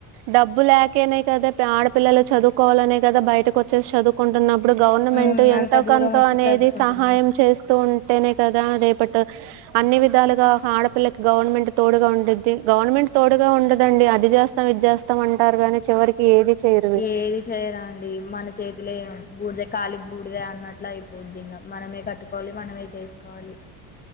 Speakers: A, on the right (about 70°); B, on the left (about 20°).
A: డబ్బు లేకనే కదా, ఆడపిల్లలు చదువుకోవాలనే గదా బయటకి వత్ జస్టిస్ చదువు. కుంటున్నప్పుడు, గవర్నమెంట్
B: మ్మ్
A: ఎంతోకంతో
B: అంత దూరం వచ్చి
A: అనేది
B: చదువుకుంటున్నారు
A: సహాయం చేస్తూ ఉంటేనే కదా, రేపటు అన్ని విధాలుగా, ఆడపిల్లకి గవర్నమెంట్ తోడుగా ఉండిద్. గవర్నమెంట్ తోడుగా ఉండిద్. అది చేస్తాం, ఇది చేస్తాం. అంటారు గాని చివరికి ఏది చేయరు వీళ్ళు
B: ఏదీ చేయరా అండి, మన చేతిలో ఏముంది? బూడిదే ఖాళీ, బూడిదే అన్నట్టే అయిపోది. ఇంకా మనమే కట్టుకోవాలి, మనమే చేసుకోవాలి.